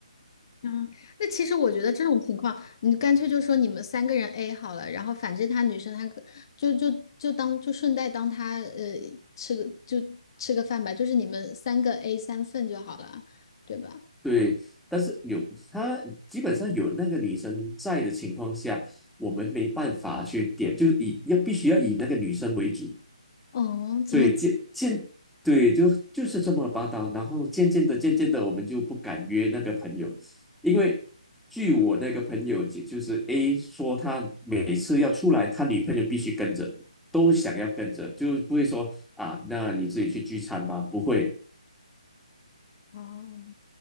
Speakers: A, on the left (about 40°); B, in the centre.
A: 嗯，那其实我觉得这种情况，你干脆就说你们三个人 A 好了，然后反正他女生她可就就就当就顺带当他呃吃个就吃个饭吧，就是你们三个 A 三份就好了，对吧？
B: 对。但是有他基本上有那个女生在的情况下，我们没办法去点，就是以要必须要以那个女生为主。
A: 哦，怎么？
B: 所以渐渐对，就就是这么霸道。然后渐渐的、渐渐的，我们就不敢约那个朋友，因为据我那个朋友，就就是 A 说，他每次要出来，他女朋友必须跟着，都想要跟着，就不会说啊，那你自己去聚餐吧，不会。
A: 哦，